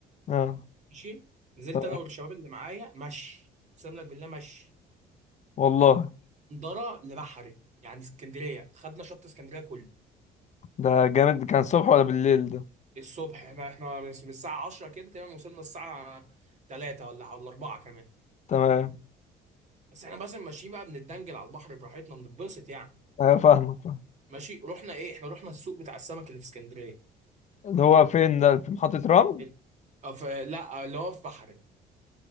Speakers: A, on the left; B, on the right.
A: اه
B: ماشي نزلت
A: تمام
B: انا والشباب اللي معايا مشي اقسم لك بالله مشي
A: والله
B: درة لبحري يعني اسكندرية خدنا شط اسكندرية كله
A: ده جامد كان الصبح ولا بالليل ده
B: الصبح احنا احنا من الساعة 10 كده تقريبا وصلنا الساعة 3 ولا ولا 4 كمان
A: تمام
B: بس احنا بس ماشيين بقى بنتدنجل على البحر براحتنا بنتبسط يعني
A: ايوه فاهمك فاهم
B: ماشي رحنا ايه احنا رحنا السوق بتاع السمك اللي في اسكندرية
A: اللي هو فين ده في محطة رمل
B: ال- اه، في لا اه، اللي هو في بحري